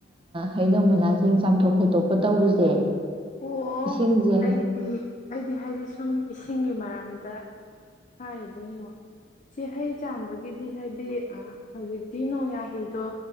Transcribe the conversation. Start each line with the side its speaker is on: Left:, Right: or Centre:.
Right: ꯍꯩꯅꯧ ꯃꯅꯥꯁꯤꯡ ꯆꯥꯝꯊꯣꯛ ꯈꯣꯠꯇꯣꯛꯄ ꯇꯧꯕꯁꯦ
Left: ꯑꯣ
Right: ꯏꯁꯤꯡꯁꯦ
Left: ꯑꯩꯗꯤ ꯑꯩꯗꯤ ꯍꯥꯏꯗꯤ ꯁꯨꯝ ꯏꯁꯤꯡꯒꯤ ꯃꯔꯝꯗ ꯍꯥꯏꯔꯤꯕ ꯉꯣ ꯁꯤ ꯍꯩ ꯆꯥꯝꯕꯒꯤꯗꯤ ꯍꯥꯏꯗꯤ ꯍꯧꯖꯤꯛꯇꯤ ꯅꯣꯡ ꯌꯥꯍꯩꯗꯣ